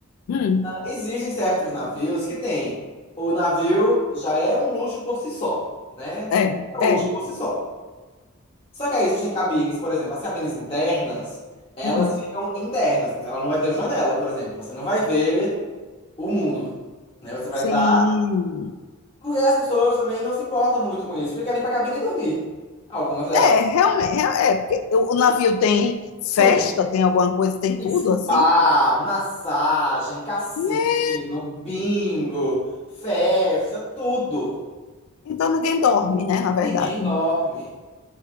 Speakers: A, on the left (about 75°); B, on the left (about 25°).
A: hum,
B: existem certos navios que tem. O navio já é um luxo por si só, né?
A: é,
B: É um
A: é,
B: luxo por si só. Só que aí existem cabines, por exemplo, as cabines internas, elas
A: hum,
B: ficam internas, então ela não vai ter janela, por exemplo. Você não vai ver o mundo, né? Você vai
A: sim.
B: estar. Porque as pessoas também não se importam muito com isso, porque querem ir pra cabine e dormir. Algumas delas.
A: É, realmente, é, é, porque o o navio tem festa,
B: Tudo.
A: tem alguma coisa, tem tudo
B: Spa,
A: assim.
B: massagem, cassino,
A: né?
B: bingo, festa, tudo.
A: Então ninguém dorme, né? Na verdade.
B: Ninguém dorme.